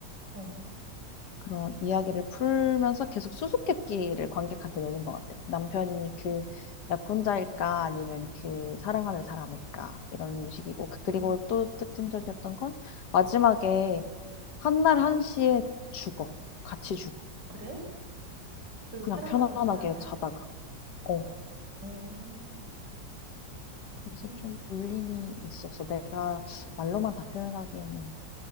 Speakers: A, on the right; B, on the left.
A: 어.
B: 그런 이야기를 풀면서 계속 수수께끼를 관객한테 내는 것 같아. 남편이 그 약혼자일까 아니면 그 사랑하는 사람일까 이런 식이고 그- 그리고
A: 아,
B: 또 특징적이었던 건 마지막에 한 날 한시에 죽어. 같이 죽어.
A: 그래? 그
B: 그냥
A: 사랑하는
B: 편안하게
A: 사람이랑?
B: 자다가. 어.
A: 오,
B: 그래서
A: <gasps>
B: 좀 울림이 있었어. 내가 말로만 다 표현하기에는